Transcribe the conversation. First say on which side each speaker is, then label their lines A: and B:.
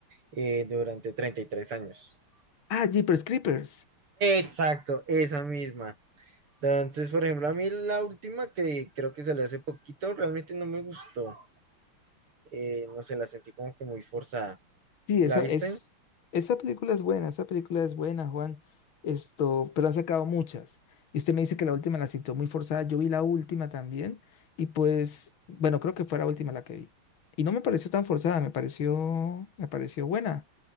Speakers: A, on the right; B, on the left.
A: eh, durante 33 años.
B: Ah, Jeepers Creepers.
A: Exacto, esa misma. Entonces, por ejemplo, a mí la última que creo que salió hace poquito, realmente no me gustó. Eh, no sé, la sentí como que muy forzada.
B: Sí,
A: ¿La
B: esa
A: viste?
B: es, esa película es buena, esa película es buena, Juan. Esto, pero han sacado muchas. Y usted me dice que la última la citó muy forzada. Yo vi la última también. Y pues, bueno, creo que fue la última la que vi. Y no me pareció tan forzada, me pareció, me pareció buena